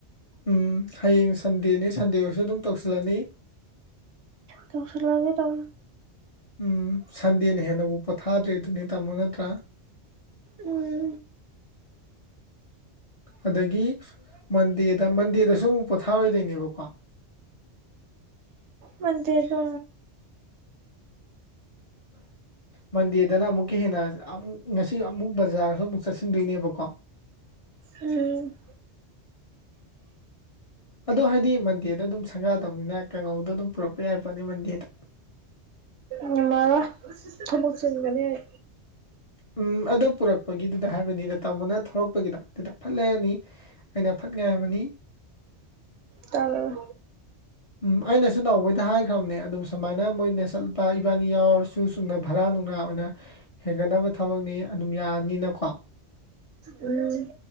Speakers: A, on the left; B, on the right.
A: ꯎꯝ ꯍꯌꯦꯡ ꯁꯟꯗꯦꯅꯦ ꯁꯟꯗꯦ ꯑꯣꯏꯔꯁꯨ ꯑꯗꯨꯝ ꯇꯧꯁꯤꯜꯂꯅꯤ꯫
B: ꯇꯧꯁꯤꯜꯂꯒ ꯗꯝ
A: ꯎꯝ ꯁꯟꯗꯦꯅ ꯍꯦꯟꯅꯕꯨ ꯄꯣꯊꯥꯗ꯭ꯔꯦ ꯑꯗꯨꯅꯦ ꯇꯝꯃꯣ ꯅꯠꯇ꯭ꯔꯥ꯫
B: ꯎꯝ
A: ꯑꯗꯒꯤ ꯃꯟꯗꯦꯗ ꯃꯟꯗꯦꯗꯁꯨ ꯑꯃꯨꯛ ꯄꯣꯊꯥꯔꯣꯏꯗꯩꯩꯅꯦꯕꯀꯣ꯫
B: ꯃꯟꯗꯦꯗꯣ
A: ꯃꯟꯗꯦꯗꯅ ꯑꯃꯨꯛꯀ ꯍꯦꯟꯅ ꯑꯃꯛ ꯉꯁꯤ ꯑꯃꯨꯛ ꯕꯖꯥꯔꯁꯨ ꯑꯃꯨꯛ ꯆꯠꯁꯤꯟꯗꯣꯏꯅꯦꯕꯀꯣ꯫
B: ꯎꯝ
A: ꯑꯗꯣ ꯍꯥꯏꯗꯤ ꯃꯟꯗꯦꯗ ꯑꯗꯨꯝ ꯁꯪꯒꯥꯗꯧꯅꯤꯅ ꯀꯪꯉꯧꯗ ꯑꯗꯨꯝ ꯄꯨꯔꯛꯄ ꯌꯥꯏꯕ ꯄꯣꯠꯅꯤ ꯃꯟꯗꯦꯗ꯫
B: ꯉꯝꯃꯔꯣꯏ ꯊꯕꯛ ꯆꯤꯟꯕꯅꯤ ꯫
A: ꯎꯝ ꯑꯗꯣ ꯄꯨꯔꯛꯄꯒꯤꯗꯨꯗ ꯍꯥꯏꯕꯅꯤꯗ ꯇꯥꯃꯣꯅ ꯊꯧꯔꯛꯄꯒꯤꯗꯗ ꯑꯗꯨꯗ ꯐꯠ ꯂꯩꯔꯅꯤ꯫ ꯑꯩꯅ ꯐꯠ ꯉꯥꯏꯔꯝꯃꯅꯤ꯫
B: ꯇꯜꯂꯦ꯫
A: ꯎꯝ ꯑꯩꯅꯁꯨ ꯅꯅꯥꯎꯕꯩꯗ ꯍꯥꯏꯈ꯭ꯔꯕꯅꯦ ꯑꯗꯨꯝ ꯁꯨꯃꯥꯏꯅ ꯃꯣꯏꯅ ꯆꯠꯄ ꯏꯕꯥꯅꯤ ꯌꯥꯎꯔ ꯁꯨ ꯆꯨꯝꯅ ꯚꯔꯥ ꯅꯨꯡꯔꯥ ꯑꯣꯏꯅ ꯍꯦꯟꯒꯠꯅꯕ ꯊꯕꯛꯅꯤ ꯑꯗꯨꯝ ꯌꯥꯅꯤꯅꯀꯣ
B: ꯎꯝ